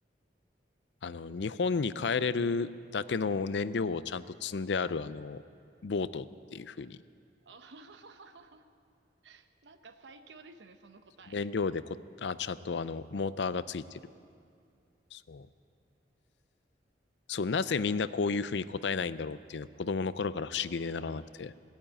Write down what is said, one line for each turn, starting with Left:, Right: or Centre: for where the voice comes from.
Left: あの、日本に帰れるだけの燃料をちゃんと積んである、あの、ボートっていう風に、
Right: <laughs> あははははなんか最強ですね、その答え。
Left: 燃料でこ、あ、ちゃんとあの、モーターがついてる。そう。そう、なぜみんなこういう風に答えないんだろうっていうのが子供の頃から不思議でならなくて。